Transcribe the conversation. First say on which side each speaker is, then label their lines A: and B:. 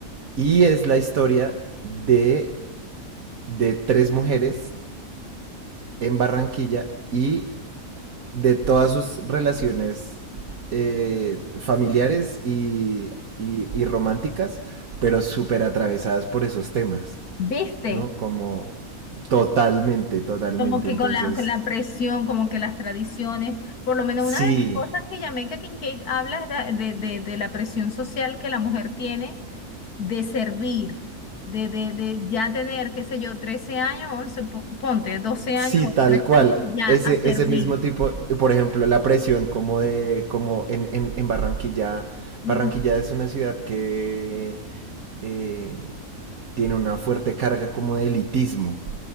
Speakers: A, on the right; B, on the left.
A: Y es la historia de, de tres mujeres en Barranquilla y de todas sus relaciones eh, familiares y, y, y románticas, pero súper atravesadas por esos temas,
B: ¿Viste?
A: ¿no? Como totalmente, totalmente.
B: Como que
A: Entonces,
B: con la, con la presión, como que las tradiciones, por lo menos
A: sí,
B: una de las cosas que Jamaica Kincaid habla es de, de, de de la presión social que la mujer tiene de servir, de, de, de ya tener, qué sé yo, 13 años, 11 po- ponte, doce
A: sí,
B: años, o
A: tal
B: 13
A: cual.
B: años, y ya
A: Ese,
B: a servir.
A: ese mismo tipo, por ejemplo, la presión como de, como en, en, en Barranquilla.
B: Ujú.
A: Barranquilla es una ciudad que eh, tiene una fuerte carga como de elitismo,